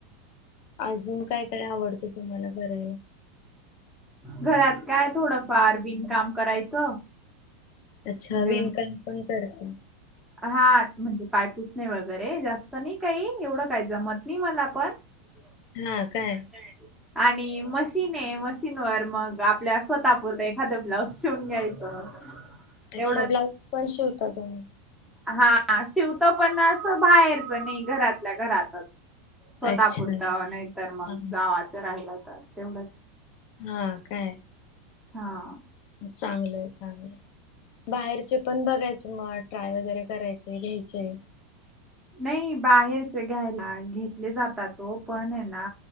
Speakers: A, on the left; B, in the centre.
A: अजून काय काय आवडतं तुम्हाला करायला.
B: घरात काय थोडं फार बिन काम करायचं.
A: अच्छा.
B: म्हणजे
A: विणकाम पण करता.
B: हा. म्हणजे पायपूसणे वगैरे. जास्त नाही काही. एवढं काही जमत नाही मला पण-
A: <unintelligible>
B: <unintelligible>
A: काय
B: आणि मशीन आहे. मशीनवर मग आपल्या स्वतः पुुरतं एखादं ब्लाऊज शिवून घ्यायचं.
A: अच्छा.
B: तेवढंच
A: ब्लाउज पण शिवता तुम्ही.
B: हा. शिवतो पण असं बाहेरच नाही. घरातल्या घरातच. स्वतः
A: अच्छा
B: पुुरतं. नाही तर मग
A: हा
B: जावाचं राहिलं तर तेवढंच.
A: हा काय?
B: हा.
A: चांगलंय. चांगलंय. बाहेरचे पण बघायचे मग- ट्राय वगैरे करायचे घ्यायचे.
B: नाही. बाहेरचे घ्यायला घेतले जातात ओ पण आहे ना?